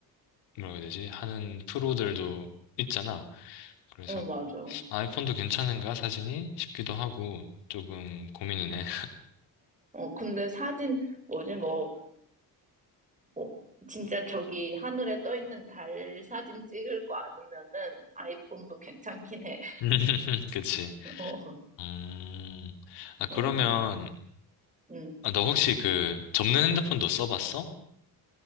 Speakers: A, on the left; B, on the right.
A: 뭐라고 해야 되지? 하는 프로들도 있잖아. 그래서
B: 어, 맞아.
A: 아이폰도 괜찮은가 사진이 싶기도 하고 조금 고민이네.
B: 어, 근데 사진, 뭐지, 뭐, 어, 진짜 저기 하늘에 떠 있는 달 사진 찍을 거 아니면은 아이폰도 괜찮긴 해.
A: <laughs> 그치.
B: <laughs> 어,
A: 음. 아 그러면
B: 어, 야, 음.
A: 아, 너 혹시 그 접는 핸드폰도 써봤어?